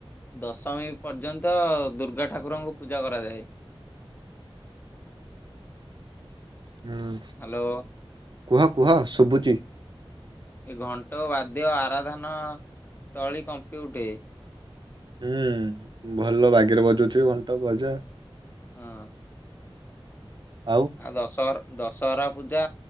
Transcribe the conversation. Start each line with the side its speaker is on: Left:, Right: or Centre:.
Left: ଦଶମୀ ପର୍ଯ୍ୟନ୍ତ ଦୁର୍ଗା ଠାକୁରଙ୍କୁ ପୂଜା କରାଯାଏ।
Right: ହୁଁ
Left: ହାଲୋ।
Right: କୁହ କୁହ ଶୁଭୁଛି।
Left: ଏ ଘଣ୍ଟ, ବାଦ୍ୟ, ଆରାଧନା ସ୍ଥଳୀ କମ୍ପି ଉଠେ।
Right: ହୁଁ ଭଲ ବାଗେରେ ବଜଉଥିବେ ଘଣ୍ଟ ବାଜା
Left: ହଁ।
Right: ଆଉ
Left: ଆ ଦଶହର ଦଶହରା ପୂଜା